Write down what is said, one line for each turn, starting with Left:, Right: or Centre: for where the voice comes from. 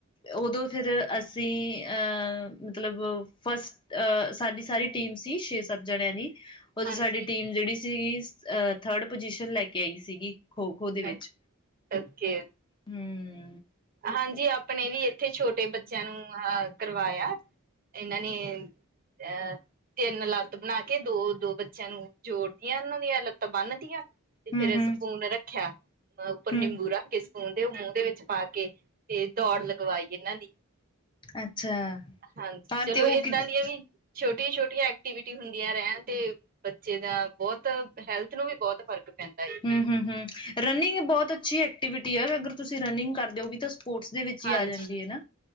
Left: ਉਦੋਂ ਫਿਰ, ਅਸੀਂ, ਅਂ, ਮਤਲਬ, ਫਸਟ ਸਾਡੀ ਸਾਰੀ ਟੀਮ ਸੀ ਛੇ-ਸੱਤ ਜਣਿਆਂ ਦੀ, ਉਦੋਂ
Right: ਹਾਂਜੀ
Left: ਸਾਡੀ ਟੀਮ ਜਿਹੜੀ ਸੀਗੀ, ਅਹ ਥਰਡ ਪੋਜੀਸ਼ਨ ਲੈਕੇ ਆਈ ਸੀਗੀ ਖੋ-ਖੋ ਦੇ ਵਿੱਚ।
Right: ਓਕੇ ਓਕੇ।
Left: ਹੂੰ।
Right: ਹਾਂਜੀ, ਆਪਣੇ ਵੀ ਇੱਥੇ ਛੋਟੇ ਬੱਚਿਆਂ ਨੂੰ ਅਂਹ ਕਰਵਾਇਆ। ਇਹਨਾਂ ਨੇ ਅਂ ਤਿੰਨ ਲੱਤ ਬਣਾਕੇ ਦੋ-ਦੋ ਬੱਚਿਆਂ ਨੂੰ ਜੋੜਦੀਆਂ ਉਹਨਾਂ ਦੀਆਂ ਲੱਤਾਂ, ਬੰਨਤੀਆਂ। ਤੇ
Left: ਹੂੰ
Right: ਫਿਰ
Left: ਹੂੰ
Right: ਸਪੂਨ ਰੱਖਿਆ, ਉੱਪਰ
Left: ਹੂੰ
Right: ਨਿੰਬੂ ਰੱਖਕੇ ਸਪੂਨ ਦੇ ਉਹ ਮੂੰਹ ਦੇ ਵਿੱਚ ਤੇ, ਪਾਕੇ ਫਿਰ ਦੌੜ ਲਗਵਾਈ ਇਹਨਾਂ ਦੀ।
Left: ਅੱਛਾ
Right: ਹਾਂਜੀ।
Left: ਹਾਂ
Right: ਚਲੋ,
Left: ਤੇ ਉਹ
Right: ਏਦਾਂ
Left: ਕਿ ਹੂੰ
Right: ਦੀਆਂ ਵੀ ਛੋਟੀਆਂ-ਛੋਟੀਆਂ ਐਕਟੀਵਿਟੀ ਹੁੰ ਦੀਆਂ ਰਹਿਣ ਤੇ, ਬੱਚੇ ਦਾ ਬਹੁਤ ਹੈਲਥ ਨੂੰ ਵੀ ਬਹੁਤ ਫ਼ਰਕ ਪੈਂਦਾ ਏ
Left: ਹੂੰ, ਹੂੰ, ਹੂੰ ਰਨਿੰਗ ਬਹੁਤ ਅੱਛੀ ਐਕਟੀਵਿਟੀ ਆ, ਅਗਰ ਤੁਸੀਂ ਰਨਿੰਗ ਕਰਦੇ ਹੋ, ਉਹ ਵੀ ਤਾਂ ਸਪੋਰਟਸ ਦੇ ਵਿੱਚ
Right: ਹਾਂਜੀ
Left: ਹੀ ਆ ਜਾਂਦੀ ਹੈਨਾ।